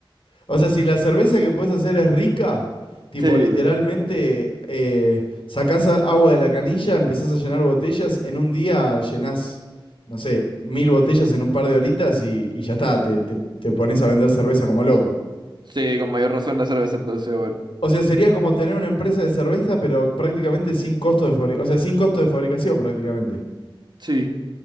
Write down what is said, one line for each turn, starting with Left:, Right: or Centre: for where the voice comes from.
Left: O sea, si la cerveza que puedes hacer es rica, tipo
Right: Sí.
Left: literalmente eh, sacás a- agua de la canilla, empezás a llenar botellas, en un día llenás, no sé, mil botellas en un par de horitas y, y ya está, te, te, te pones a vender cerveza como loco.
Right: Sí, con mayor razón la cerveza entonces, weón.
Left: O sea, sería como tener una empresa de cerveza, pero prácticamente sin costo de fabricación, o sea, sin costo de fabricación prácticamente.
Right: Sí.